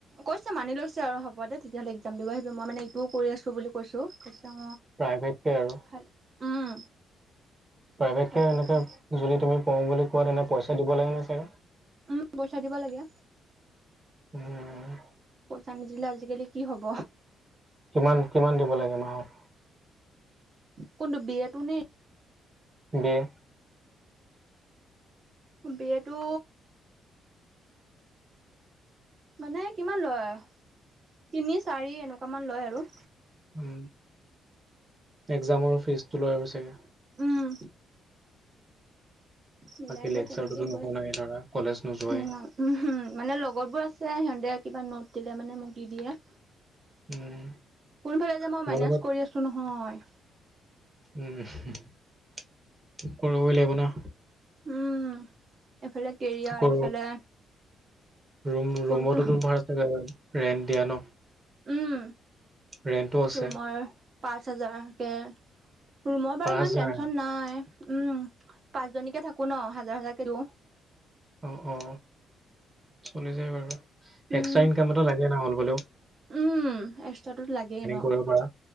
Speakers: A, on the right; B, on the right.
A: কৈছ মানি লৈছ আৰু হ'ব দে তেতিয়াহ'লে এক্জাম দিব আহিব মই মানে এইটোও কৰি আছো বুলি কৈছো তেওঁ
B: প্ৰাইভেটকে আৰু
A: ভাল উম
B: প্ৰাইভেট
A: পাৰফেক্টকে
B: কে এনেকে যদি তুমি পো বুলি কোৱা তেনে পইচা দিব লাগে নে চাগে
A: উম বইচা দিব লাগে
B: উম
A: চানী জিলা আজিকালি কি হ'ব
B: কিমান কিমান দিব লাগে মাহত
A: কোনটো বিয়াতটো নো
B: <unintelligible>
A: বি এ টো মানে কিমান লয় তিনি চাৰি এনেকুৱামান লয় আৰু
B: উ একজামৰ ফিজটো লয় আৰু চাগে
A: উম মিলাই
B: বাকী
A: কৰি
B: লেকচাৰটোতো
A: তেনেকেই
B: নুশুনাই
A: গৈ আছো
B: ধৰা কলেজ নোযোৱাই
A: উমম মানে লগৰ বোৰ আছে যে সিহঁতে কিবা নোট দিলে মানে মোক দি দিয়ে
B: উম
A: কোনফালে যে মই
B: তোমালোকৰ
A: মেনেজ কৰি আছো নহয়
B: উম কৰিবই লাগিব না।
A: উম এইফালে কেৰিয়াৰ
B: আকৌ
A: এইফালে।
B: ৰুম ৰুমতোতো
A: কোনটো
B: ভা় চ ৰেন্ট দিয়া ন।
A: উম
B: ৰেণ্টো আছে
A: ৰুমৰ
B: ্
A: পাঁচ হাজাৰকৈ ৰুমৰ বাৰু
B: পাঁচ
A: ইমান
B: হাজাৰ
A: টেন্চন নাই। উম পাঁচজনীকে থাকো ন হাজাৰ হাজাৰকে দিওঁ।
B: অ অ চলি যায় বাৰু
A: উম
B: এক্সট্ৰা ইনকামো লাগে ন হ'ল বোলেও।
A: উম এক্সট্ৰাটোতো লাগেই ন
B: কৰিব পৰা